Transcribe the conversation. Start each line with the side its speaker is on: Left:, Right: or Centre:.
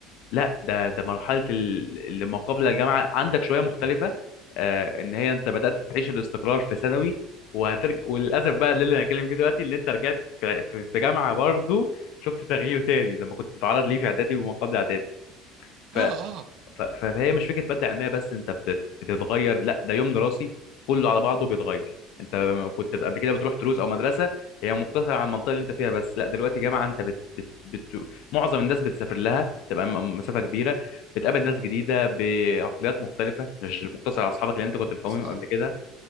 Left: لا ده ده مرحله ال- اللي ما قبل الجامعه عندك شويه مختلفه آه، ان هي انت بدات تعيش الاستقرار في ثانوي وهترجع وللاسف بقى ده اللي هنتكلم فيه دلوقتي اللي انت رجعت في في في جامعه برضو شفت تغيير تاني زي ما كنت تتعرض ليه في اعدادي وما قبل اعدادي
Right: آه
Left: ف...
Right: آه
Left: ف... فهي مش فكره ماده علميه بس انت بتت... بتتغير لا ده يوم دراسي كله على بعضه بيتغير انت كنت قبل كده بتروح دروس او مدرسه هي مقتصره على المنطقه اللي انت فيها بس لا دلوقتي جامعه انت بت... بت... بت... معظم الناس بتسافر لها تبقى م- مسافه كبيره بتقابل ناس جديده بعقليات مختلفه مش مقتصر على اصحابك اللي انت كنت مكونهم
Right: صح
Left: قبل كده